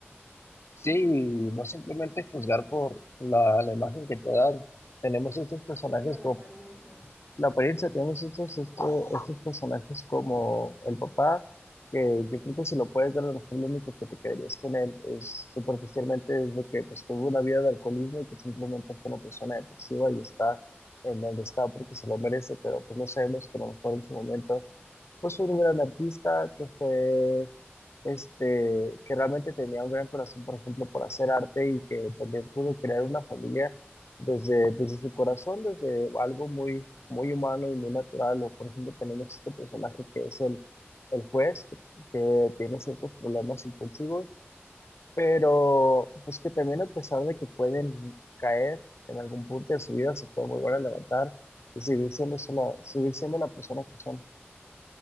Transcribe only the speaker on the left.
Sí, y no simplemente juzgar por la, la imagen que te dan. Tenemos estos personajes
como
la apariencia, tenemos estos, este- estos personajes como el papá, que yo creo que si lo puedes ver, a lo mejor lo único que te quedarías con él es superficialmente es de que pues, tuvo una vida de alcoholismo y que simplemente fue una persona depresiva y está en donde está porque se lo merece, pero pues no sabemos que a lo mejor en su momento pues un gran artista que fue, este, que realmente tenía un gran corazón, por ejemplo, por hacer arte y que también pudo crear una familia desde, desde su corazón, desde algo muy, muy humano y muy natural. O, por ejemplo, tenemos este personaje que es el, el juez, que tiene ciertos problemas impulsivos, pero pues que también a pesar de que pueden caer en algún punto de su vida, se pueden volver a levantar y seguir siendo, sola- seguir siendo la persona que son.